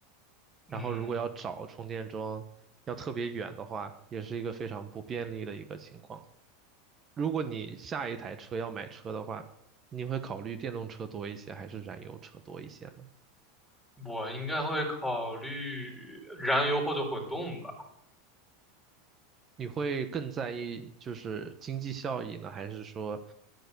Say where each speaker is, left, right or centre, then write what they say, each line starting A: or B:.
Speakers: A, in the centre; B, on the right.
A: 嗯，
B: 然后如果要找充电桩，要特别远的话，也是一个非常不便利的一个情况。如果你下一台车要买车的话，你会考虑电动车多一些，还是燃油车多一些呢？
A: 我应该会考虑燃油或者混动吧。
B: 你会更在意就是经济效益呢，还是说，